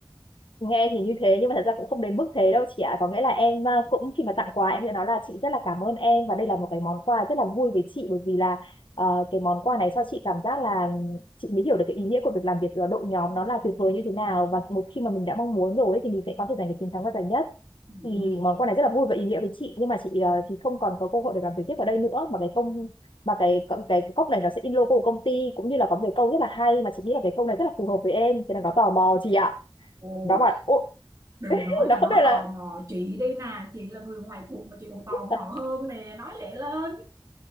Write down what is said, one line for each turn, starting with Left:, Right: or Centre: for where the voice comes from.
Left: nghe thì như thế nhưng mà thật ra cũng không đến mức thế đâu chị ạ có nghĩa là em ờ, cũng khi mà tặng quà em sẽ nói là chị rất là cảm ơn em và đây là một cái món quà rất là vui với chị bởi vì là ờ, cái món quà này cho chị cảm giác là chị mới hiểu được cái ý nghĩa của việc làm việc ở đội nhóm nó là tuyệt vời như thế nào và một khi mà mình đã mong muốn rồi ấy, thì mình sẽ có thể giành được chiến thắng và giải nhất
Right: ừ.
Left: thì món quà này rất là vui và ý nghĩa với chị nhưng mà chị ờ, thì không còn có cơ hội để làm việc tiếp ở đây nữa mà cái công mà cái cái, cái cốc này nó sẽ in logo của công ty cũng như là có một cái câu rất là hay mà chị nghĩ là cái câu này rất là phù hợp với em thế là nó tò mò chị ạ
Right: Ồ,
Left: nó bảo "Ô,
Right: đừng nói là
Left: nó
Right: nó
Left: không biết
Right: tò
Left: là
Right: mò chị đi nè chị là người ngoài cuộc mà chị còn tò mò
Left: à,
Right: hơn nè nói lẹ lên